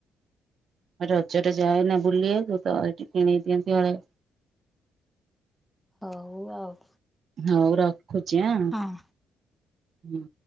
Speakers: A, on the right; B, in the centre.
A: ରଜରେ ଯାଏ ନା ବୁଲିବାକୁ ତ ଏଠି କିଣେଇ ଦିଅନ୍ତି ହଳେ
B: ହଉ ଆଉ।
A: ହଉ ର ଖୁଛି ଆ।
B: ହଁ।
A: ହୁଁ।